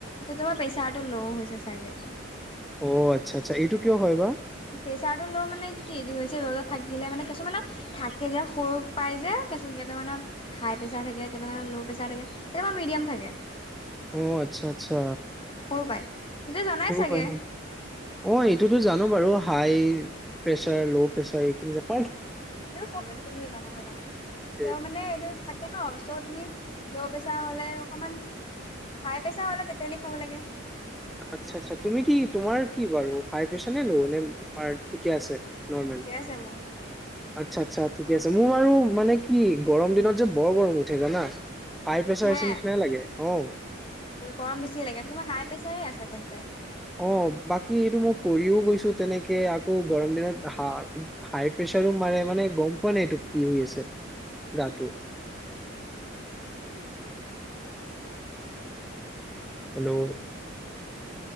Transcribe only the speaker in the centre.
অ আচ্ছা আচ্ছা এইটো কিয় হয় বা
অঁ আচ্ছা আচ্ছা
সৰু
হয় ন অ এইটোতো জানো বাৰু হাই- -প্ৰেছাৰ ল' প্ৰেছাৰ এইখিনি যা
সেইটোৱে।
আচ্ছা আচ্ছা তুমি কি তোমাৰ কি বাৰু হাই প্ৰেছাৰ নে ল' নে তোমাৰ ঠিকে আছে। নৰ্মেল
আচ্ছা আচ্ছা ঠিকে আছে মোৰ বাৰু মানে কি গৰম দিনত যে বৰ গৰম উঠে জানা। হাই প্ৰেছাৰৰ
হৈছে নিচিনাই লাগে অঁ
অঁ বাকী এইটো মই কৰিও গৈছো তেনেকে আকৌ গৰম দিনত হা- হাই প্ৰেছাৰো মাৰে মানে গম পোৱানাই এইটো কি হৈ আছে গাটো হেল্ল'